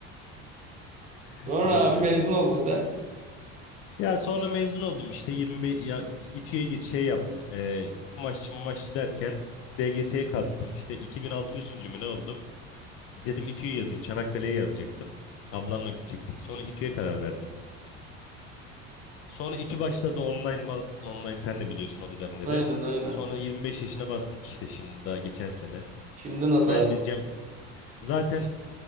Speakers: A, on the left (about 45°); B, on the right (about 25°).
A: <laughs>
B: sonra
A: Güzel oluyor.
B: abi mezun oldun sen.
A: Ya sonra mezun oldum işte 25 ya İTÜ'ye gi- şey yaptım. E, kumaşçı mumaşçı derken DGS'ye kastım işte 2600. mü ne oldum? Dedim İTÜ'yü yazayım. Çanakkale'ye yazacaktım. Ablamla gidecektik. Sonra İTÜ'ye karar verdim. Sonra İTÜ başladı online ma- online sen de biliyorsun o dönemleri.
B: Aynen aynen.
A: Sonra 25 yaşına bastık işte şimdi daha geçen sene.
B: Şimdi nasıl?
A: Ben
B: ay-
A: de Cem zaten